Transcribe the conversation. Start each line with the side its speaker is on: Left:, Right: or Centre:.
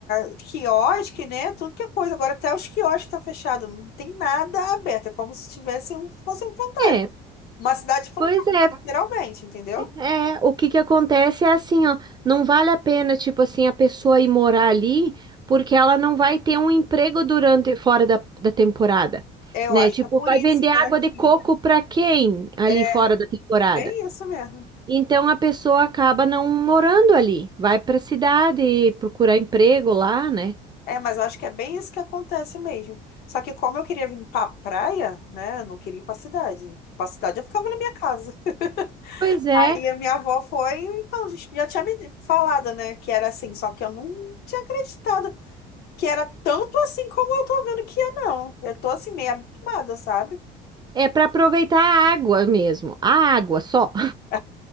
Left: a quiosque, né? Tudo que é coisa. Agora até os quiosques tá fechado, não tem nada aberto. É como se tivesse um, fosse um fantasma.
Right: É,
Left: Uma cidade fantasma,
Right: pois é.
Left: literalmente, entendeu?
Right: É, o que que acontece é assim, ó, não vale a pena, tipo assim, a pessoa ir morar ali, porque ela não vai ter um emprego durante, fora da, da temporada,
Left: Eu
Right: né?
Left: acho
Right: Tipo,
Left: que é por
Right: vai
Left: isso,
Right: vender água
Left: né, que
Right: de coco pra quem ali
Left: é
Right: fora da temporada?
Left: bem isso mesmo.
Right: Então a pessoa acaba não morando ali, vai para a cidade procurar emprego lá, né?
Left: É, mas eu acho que é bem isso que acontece mesmo. Só que como eu queria vir pra praia, né, eu não queria ir pra cidade. Pra cidade eu ficava na minha casa. <laughs>
Right: Pois é,
Left: Aí a minha avó foi, então, já tinha me falado, né, que era assim, só que eu não tinha acreditado. que era tanto assim como eu tô vendo que é, não. Eu tô assim, meio abismada, sabe?
Right: é para aproveitar a água mesmo, a água só.
Left: <laughs>